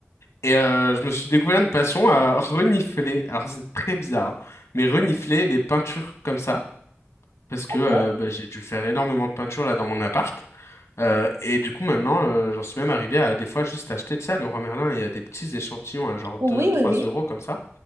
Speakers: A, on the left; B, on the right.
A: Et euh, je me suis découvert une passion à renifler, alors c'est très bizarre, hein, mais renifler les peintures comme ça, parce que
B: Ok.
A: euh, bah, j'ai dû faire énormément de peintures là dans mon appart. Euh, et du coup maintenant, euh, j'en suis même arrivé à des fois juste acheter, tu sais, à Leroy Merlin, il y a des petits échantillons à genre
B: Oui,
A: deux, trois
B: oui, oui.
A: euros comme ça.